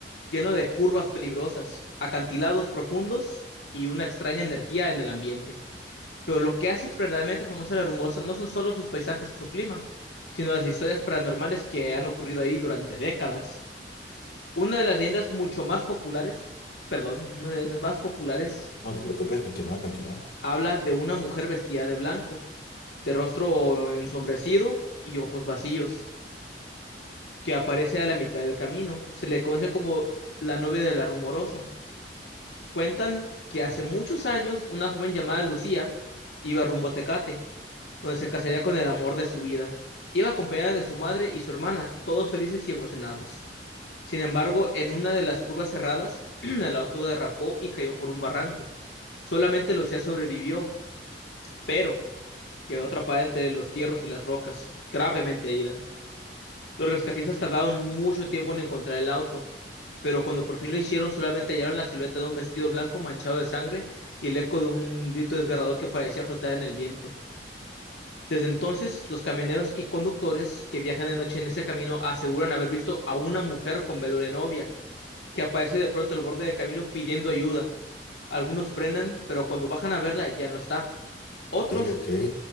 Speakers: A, on the left; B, on the left.
A: lleno de curvas peligrosas, acantilados profundos y una extraña energía en el ambiente. Pero lo que hace verdaderamente famosa la Rumosa no son solo sus paisajes o su clima, sino las historias paranormales que han ocurrido ahí durante décadas. Una de las leyendas mucho más populares, perdón, una de las leyendas más populares
B: No te preocupes, continúa, continúa.
A: habla de una mujer vestida de blanco, de rostro ensombrecido y ojos vacíos, que aparece a la mitad del camino. Se le conoce como la novia de la rumorosa. Cuentan que hace muchos años una joven llamada Lucía iba rumbo a Tecate, donde se casaría con el amor de su vida. Iba acompañada de su madre y su hermana, todos felices y emocionados. Sin embargo, en una de las curvas cerradas, <clears throat> el auto derrapó y cayó por un barranco. Solamente Lucía sobrevivió, pero quedó atrapada entre los fierros y las rocas, gravemente herida. Los rescatistas tardaron mucho tiempo en encontrar el auto, pero cuando por fin lo hicieron, solamente hallaron la silueta de un vestido blanco manchado de sangre y el eco de un grito desgarrador que parecía flotar en el viento. Desde entonces, los camioneros y conductores que viajan de noche en ese camino aseguran haber visto a una mujer con velo de novia, que aparece de pronto al borde del camino pidiendo ayuda. Algunos frenan, pero cuando bajan a verla ya no está. Otros
B: Ok,